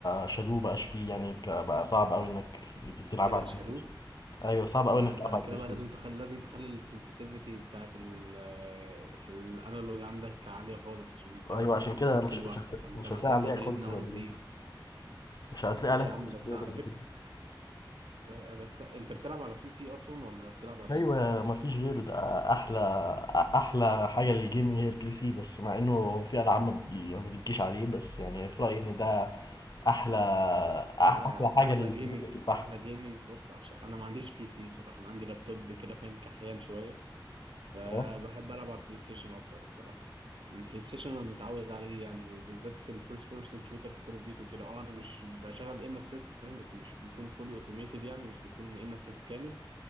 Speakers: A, on the left (about 50°); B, on the right (about 85°).
A: شالوه بقاش فيه يعني ك- بقى صعب قوي انك تلعب
B: ايه ده
A: على البلاي
B: شالوه
A: ستيشن ايوه صعب قوي انك
B: ده انت
A: تلعب
B: على
A: على
B: كده
A: البلاي
B: بقى
A: ستيشن
B: لازم تخلي لازم تخلي السنسيتيفيتي بتاعت ال- ال- الانالوج عندك عالية خالص عشان تعرف
A: ايوه عشان
B: بس تجيب
A: كده مش
B: كيل
A: مش
B: واحدة
A: هت...
B: ده انت
A: مش
B: محتاج
A: هتلاقي عليها
B: تدريب
A: كونسول
B: من اول
A: قد
B: وجديد
A: كده مش هتلاقي
B: لا
A: عليها
B: يا عم
A: كونسول
B: بس
A: كبير
B: على
A: قد
B: فكرة
A: كده
B: ب- بس انت بتلعب على بي سي اصلا ولا بتلعب على
A: ايوه
B: ايه
A: مفيش غيره ده احلى احلى حاجه للجيمنج هي البي سي بس مع انه في العاب ما بتجي ما بتجيش عليه بس يعني في رايي ان ده احلى أح-
B: لا
A: احلى
B: يا عم
A: حاجه
B: احلى
A: للفلوس
B: جيمنج
A: اللي بتدفعها
B: احلى جيمنج بص عشان انا ما عنديش بي سي صراحة انا عندي لابتوب كده فاهم كحيان شوية فبحب
A: تمام
B: العب على البلاي ستيشن اكتر الصراحه أنا البلاي ستيشن انا متعود عليه يعني وبالذات في الفيرست بيرسون شوتر في كول اوف ديوتي وكده اه انا مش بشغل ايم اسيست فاهم بس مش بيكون فولي اوتوميتد يعني مش بيكون ايم اسيست كامل